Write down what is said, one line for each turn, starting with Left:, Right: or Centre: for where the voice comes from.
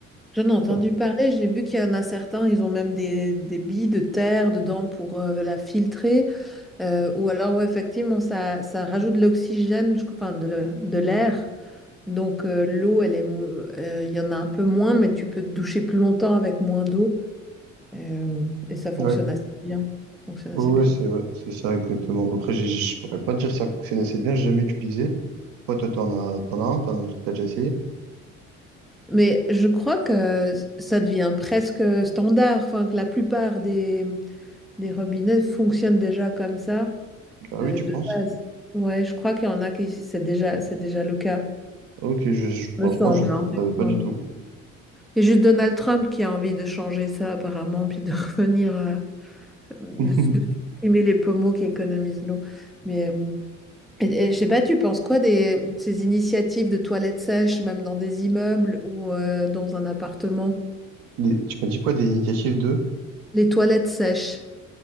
Centre: J'en ai entendu
Right: T'as-
Centre: parler, j'ai vu qu'il y en a certains, ils ont même des, des billes de terre dedans pour euh, la filtrer. euh, ou alors, ouais, effectivement, ça, ça rajoute de l'oxygène, je crois, enfin, de l'air. de l'air. Donc, euh, l'eau, elle est, mo- euh, il y en a un peu moins, mais tu peux te doucher plus longtemps avec moins d'eau. euh, et ça fonctionne
Right: Ouais,
Centre: assez bien. Ça fonctionne assez
Right: Ouais, ouais,
Centre: bien.
Right: c'est ouais, c'est ça exactement. Après, j'ai- je pourrais pas te dire que ça fonctionne assez bien, j'ai jamais utilisé. Toi, toi, t'en as, t'en as un, t'en as, t'as déjà essayé?
Centre: Mais je crois que ça devient presque standard, enfin, que la plupart des, des robinets fonctionnent déjà comme ça.
Right: Ah oui,
Centre: euh,
Right: tu
Centre: de
Right: penses?
Centre: base. Ouais, je crois qu'il y en a qui c'est déjà c'est déjà le cas,
Right: Ok, je, je- franchement,
Centre: me semble,
Right: je
Centre: hein, il
Right: savais
Centre: me
Right: pas
Centre: semble.
Right: du tout.
Centre: et juste Donald Trump qui a envie de changer ça apparemment, puis de <laughs> revenir à de,
Right: <laughs>
Centre: de supprimer les pommeaux qui économisent l'eau. Mais euh, et- et je sais pas, tu penses quoi des de ces initiatives de toilettes sèches, même dans des immeubles ou euh, dans un appartement?
Right: Des- tu m'as dit quoi des initiatives de?
Centre: Les toilettes sèches.